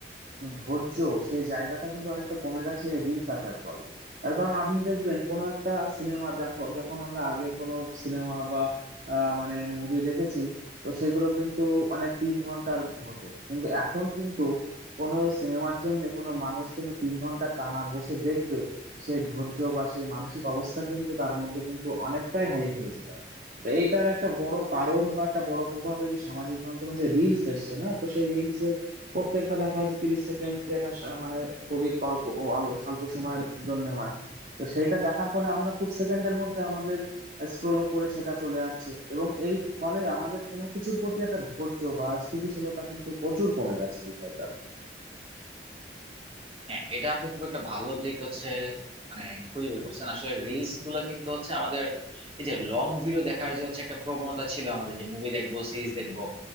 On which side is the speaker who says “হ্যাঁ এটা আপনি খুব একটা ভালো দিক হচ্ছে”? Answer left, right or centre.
Right